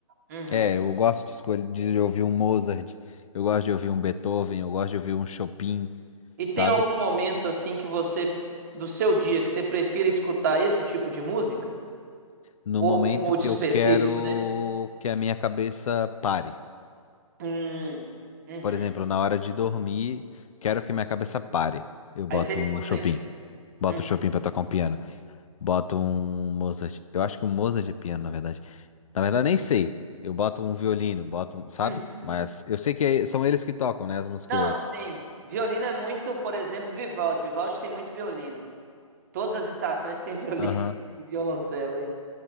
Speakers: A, on the right (about 30°); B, on the left (about 65°).
A: Uhum.
B: É, eu gosto de escolher, de ouvir um Mozart, eu gosto de ouvir um Beethoven, eu gosto de ouvir um Chopin.
A: E tem
B: sabe?
A: algum momento, assim, que você, do seu dia, que você prefira escutar esse tipo de música?
B: No
A: Ou
B: momento
A: algum mood
B: que
A: específico,
B: eu quero
A: né?
B: que a minha cabeça pare.
A: Hum. Uhum.
B: Por exemplo, na hora de dormir, quero que minha cabeça pare. Eu boto
A: Aí você escuta
B: um Chopin.
A: isso.
B: Boto
A: Uhum.
B: o Chopin pra tocar um piano. Boto um Mozart. Eu acho que o Mozart é piano, na verdade. Na verdade, nem sei. Eu boto um violino, boto um, sabe?
A: Uhum.
B: Mas eu sei que é- são eles que tocam, né? As músicas
A: Não,
B: que eu ouço.
A: sim. Violino é muito, por exemplo, Vivaldi. Vivaldi tem muito violino. Todas as estações têm violino
B: Aham.
A: <laughs> e violoncelo. é.